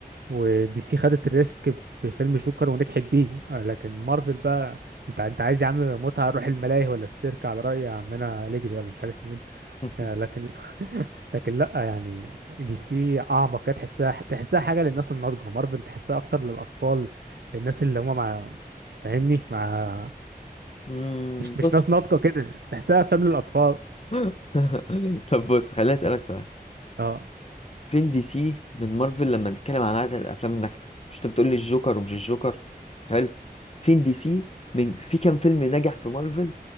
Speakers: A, on the right; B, on the left.
A: ودي سي خدت الريسك بفيلم جوكر ونجحت بيه آه، لكن مارفل بقى انت انت عايز يا عم متعة روح الملاهي ولا السيرك على رأي عمنا أليجري ولا مش عارف مين
B: <laughs>
A: آه، لكن <laughs> لكن لا يعني دي سي اعمق كده تحسها تحسها حاجه للناس الناضجه مارفل تحسها اكتر للاطفال الناس اللي هم مع فاهمني مع
B: مم،
A: مش مش
B: بص
A: ناس ناضجه كده تحسها افلام للاطفال
B: <laughs> طب بص خليني أسألك سؤال
A: اه
B: فين دي سي من مارفل لما نتكلم عن عدد الافلام الناجحه مش انت بتقول لي الجوكر ومش الجوكر حلو فين دي سي من في كام فيلم نجح في مارفل